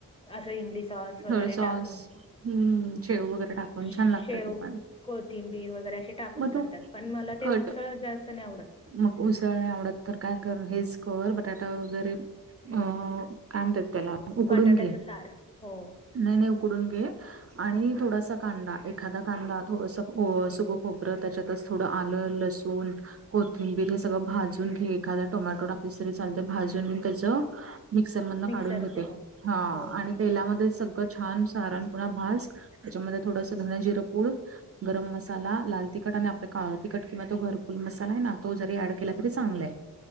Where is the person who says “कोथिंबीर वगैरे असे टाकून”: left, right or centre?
Left